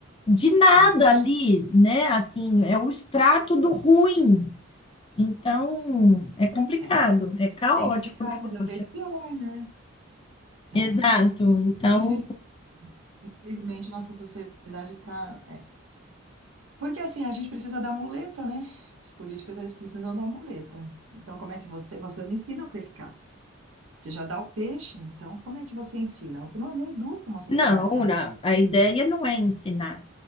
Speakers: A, on the left; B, on the right.
A: de nada
B: hum,
A: ali, né? Assim, é o extrato do ruim. Então, é complicado,
B: é.
A: é caótico
B: Tem que ficar
A: o negócio.
B: cada vez pior, né? É.
A: Exato. Então,
B: Infeliz- Infelizmente, nossa sociedade está. Porque assim, a gente precisa da muleta, né? Os políticos, eles precisam da muleta. Então, como é que você, você não ensina a pescar? Você já dá o peixe, então como é que você ensina? Você não educa uma sociedade
A: Não,
B: tão
A: na-
B: cedo.
A: a ideia não é ensinar.